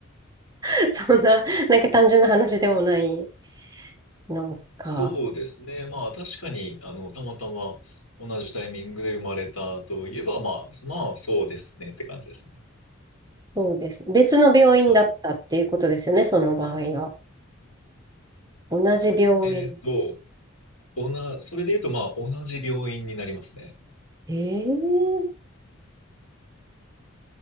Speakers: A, on the right (about 20°); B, on the left (about 85°).
A: <laughs> そんな、なんか単純な話でもない、なんか、
B: そうですね。まあ、確かに、あの、たまたま同じタイミングで生まれたといえば、まあ、まあ、そうですねって感じですね。
A: そうです。別の病院だったっていうことですよね、
B: はい
A: その場合は。同じ病院。
B: えーっと、おな、それで言うと、まあ、同じ病院になりますね。
A: えー、